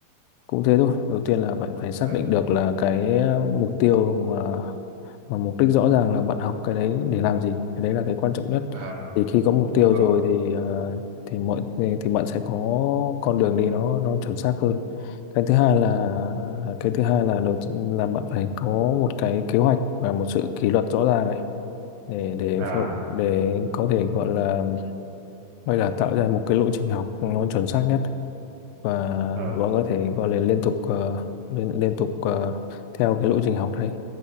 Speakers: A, on the left (about 80°); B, on the right (about 90°).
A: cũng thế thôi đầu tiên là bạn phải xác
B: Ờ,
A: định được là cái ờ, mục tiêu mà mà mục đích rõ ràng là bạn học cái đấy để làm gì cái đấy là cái quan trọng nhất
B: à,
A: thì khi có mục
B: đúng
A: tiêu
B: rồi
A: rồi thì ờ, thì mọi thì thì bạn sẽ có con đường đi nó nó chuẩn xác hơn cái thứ hai là
B: ừ.
A: ờ, cái thứ hai là đầu là bạn phải có một cái kế hoạch và một sự kỷ luật rõ ràng để để
B: à
A: phô- để có thể gọi là gọi là tạo ra một cái lộ trình học nó chuẩn xác nhất và
B: ờ,
A: và bọn có thể gọi là liên tục ờ, liên, liên tục ờ, theo cái lộ trình học đấy